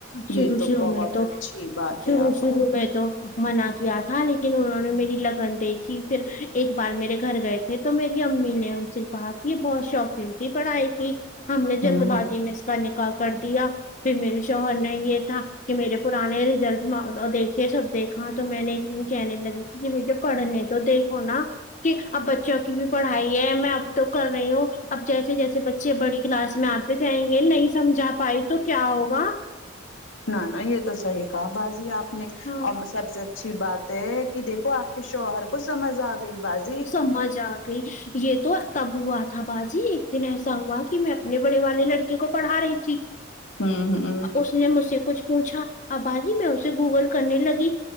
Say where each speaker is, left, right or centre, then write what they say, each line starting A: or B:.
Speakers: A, on the left; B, on the left.
A: شروع
B: یہ تو
A: شروع
B: بہت
A: میں تو
B: اچھی بات
A: شروع
B: ہے آپا
A: شروع میں تو منع کیا تھا لیکن انہوں نے میری لگن دیکھی پھر ایک بار میرے گھر گئے تھے تو میری امی نے ان سے کہا کہ یہ بہت ش شوقین تھی پڑھائی کی ہم نے جلد
B: ہوں
A: بازی میں اس کا نکاح کر دیا پھر میرے شوہر نے یہ تھا کہ میرے پرانے ریزلٹ ما گا دیکھے سب دیکھا تو میں نے ایک دن کہنے لگی کہ مجھے پڑھنے تو دیکھو نا کہ اب بچوں کی بھی پڑھائی ہے میں اب تو کر رہی ہوں اب جیسے جیسے بچے بڑی کلاس میں آتے جائیں گے نہیں سمجھا پائی تو کیا ہوگا
B: نہ نہ یہ تو صحیح کہا بازی آپ نے
A: ہاں
B: ام سب سے اچھی بات تے ہی کی دیکھو آپ کے شوہر کو سمجھ آ گئی باز
A: سمجھ آ گئی یے تو تب ہوا تھا باجی ایک دن ایسا ہوا کی میں نے بڑے والے لڑکی کو پڑھا رہی تھی
B: ہوں ہوں
A: اس نے مجھ سے کچھ پوچھا آ باجی میں اسے گوگل کرنے لگی